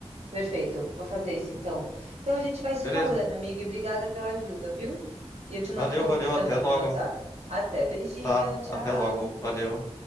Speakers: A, on the right (about 80°); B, on the left (about 30°).
A: Perfeito, vou fazer isso então. Então a gente vai se
B: Beleza.
A: falando, amiga, e obrigada pela ajuda, viu? E eu te mando
B: Valeu,
A: o convite
B: valeu,
A: também
B: até logo.
A: lá no WhatsApp. Até, beijinho,
B: Tá,
A: tchau.
B: até logo. Valeu.